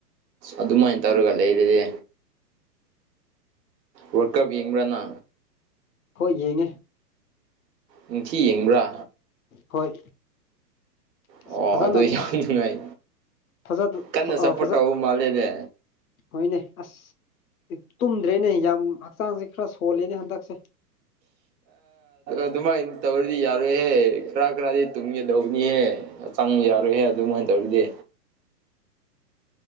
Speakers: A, on the right (about 80°); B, on the left (about 60°).
A: ꯑꯗꯨꯃꯥꯏꯅ ꯇꯧꯔꯒ ꯂꯩꯔꯗꯤ ꯋꯥꯔꯀꯕꯤꯡꯕꯅ
B: ꯍꯣꯏ ꯌꯦꯡꯉꯦ
A: ꯅꯤꯡꯊꯤ ꯌꯦꯡꯕ꯭ꯔꯥ
B: ꯍꯣꯏ ꯑꯁ
A: ꯑꯣ
B: ꯐꯖꯅ
A: ꯑꯗꯨ ꯌꯥꯝ ꯅꯨꯡꯉꯥꯏ
B: ꯐꯖ
A: ꯀꯟꯅ ꯁꯞꯄꯣꯔꯠ
B: ꯐꯖ
A: ꯇꯧ ꯃꯥꯜꯂꯦꯅꯦ
B: ꯍꯣꯏꯅꯦ ꯑꯁ ꯇꯨꯝꯗ꯭ꯔꯦꯅꯦ ꯌꯥꯝ ꯍꯛꯆꯥꯡꯁꯦ ꯈꯔ ꯁꯣꯜꯂꯦꯅꯦ ꯍꯟꯗꯛꯁꯦ
A: ꯑꯗꯨꯃꯥꯏꯅ ꯇꯧꯔꯗꯤ ꯌꯥꯔꯣꯏꯍꯦ ꯈꯔ ꯈꯔꯗꯤ ꯇꯨꯝꯒꯗꯧꯕꯅꯤꯍꯦ ꯆꯪꯕ ꯌꯥꯔꯣꯏꯍꯦ ꯑꯗꯨꯃꯥꯏꯅ ꯇꯧꯔꯤꯗꯤ